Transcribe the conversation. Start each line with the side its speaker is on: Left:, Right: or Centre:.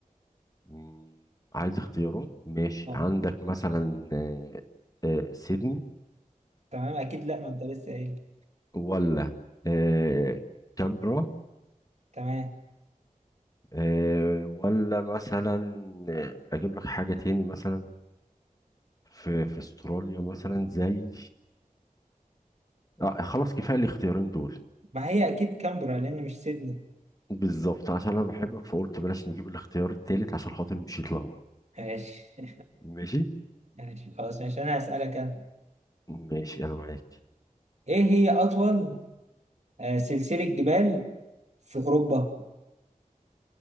Left: مم، عايز اختيارات ماشي
Right: اه
Left: عندك مثلا آه، آه، سيدني
Right: تمام اكيد لا ما انت لسه قايل
Left: ولا آه، كامبرا
Right: تمام
Left: آه، ولا مثلا آه، اجيب لك حاجة تاني مثلا في في استراليا مثلا زي آه خلاص كفاية الاختيارين دول
Right: ما هي اكيد كامبرا لان مش سيدني
Left: بالظبط عشان انا بحبك فقلت بلاش نجيب الاختيار التالت عشان خاطر مش يتلخبط
Right: ماشي <laughs>
Left: ماشي
Right: ماشي خلاص ماشي انا هسألك انا
Left: ماشي انا معاك
Right: ايه هي اطول آه، سلسلة جبال في اوروبا